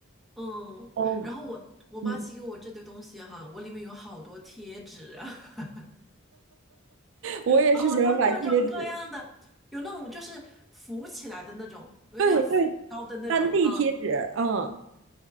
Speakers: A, in the centre; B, on the right (about 65°).
A: 嗯，
B: 哦，
A: 然后我我妈寄给我这堆东西哈，
B: 嗯，
A: 我里面有好多贴纸啊。<laughs>
B: 我也是喜欢买贴纸，
A: <laughs> 好多各种各样的，有那种就是浮起来的那种，有点像浮标的那种，
B: 对对，当 D
A: 嗯
B: 贴纸，嗯，